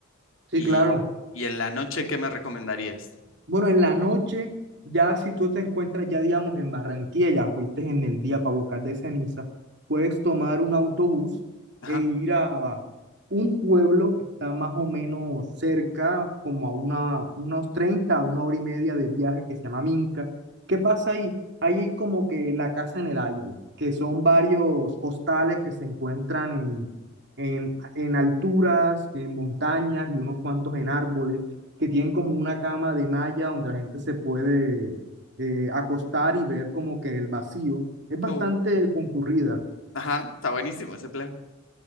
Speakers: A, on the right; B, on the left.
A: sí,
B: y,
A: claro.
B: y en la noche, ¿qué me recomendarías?
A: Bueno, en la noche, ya si tú te encuentras ya, digamos, en Barranquilla, ya fuiste en el día para buscar de Ceniza, puedes tomar un autobús
B: Ajá,
A: e ir a un pueblo que está más o menos cerca, como a una, unos 30 una hora y media de viaje que se llama Minca. ¿Qué pasa ahí? Ahí hay como que la casa en el aire, que son varios hostales que se encuentran en, en, en alturas, en montañas y unos cuantos en árboles que tienen como una cama de malla donde la gente se puede eh, acostar y ver como que el vacío. Es bastante
B: uh,
A: concurrida,
B: ajá, está buenísimo ese plan.